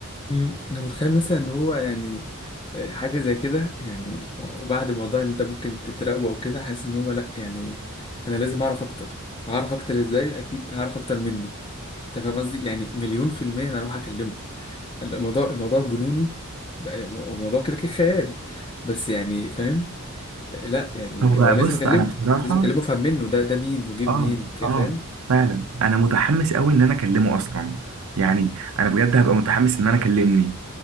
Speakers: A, on the left; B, on the right.
A: امم انا متخيل مثلا ان هو يعني آه، حاجه زي كده يعني وبعد موضوع ان انت ممكن تتراقبه او كده حاسس ان هو لا يعني انا لازم اعرف اكتر وهعرف اكتر ازاي اكيد هعرف اكتر منه انت فاهم قصدي يعني مليون في الميه انا اروح اكلمه الموضوع الموضوع جنوني بقى موضوع كده كده خيال بس يعني فاهم آه، لا يعني
B: هو
A: هو لازم
B: بص
A: اكلمه
B: انا بصراحة
A: لازم اكلمه افهم منه ده ده مين وجه منين
B: اه
A: كده
B: اه
A: فاهم
B: فعلا انا متحمس قوي ان انا اكلمه اصلا يعني انا بجد هبقى متحمس ان انا اكلمني